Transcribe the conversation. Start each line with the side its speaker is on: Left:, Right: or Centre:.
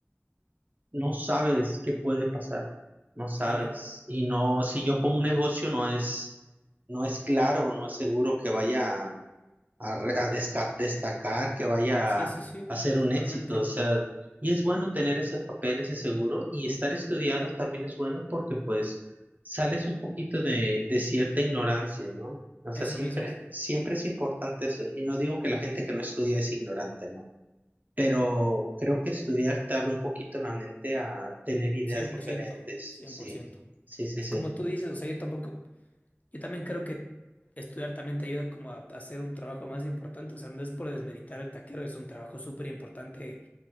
Right: no sabes qué puede pasar, no sabes.
Left: Claro,
Right: Y no, si yo pongo un negocio, no es, no es claro, no es seguro que vaya a, re- a desca- destacar, que vaya
Left: sí,
Right: a,
Left: sí, sí,
Right: a ser
Left: totalmente,
Right: un éxito. O sea, y es bueno tener ese papel, ese seguro, y estar estudiado también es bueno porque pues sales un poquito de, de cierta ignorancia, ¿no? O sea,
Left: eso
Right: siempre,
Left: mismo,
Right: siempre es importante eso. Y no digo que la gente que no estudia es ignorante, ¿no? Pero creo que estudiar te abre un poquito la mente a tener ideas
Left: cien
Right: diferentes.
Left: cien por ciento cien
Right: Sí,
Left: por ciento
Right: sí, sí,
Left: Y
Right: sí.
Left: como tú dices, o sea, yo tampoco, yo también creo que estudiar también te ayuda como a, a hacer un trabajo más importante, o sea, no es por desmeritar el taquero, es un trabajo súper importante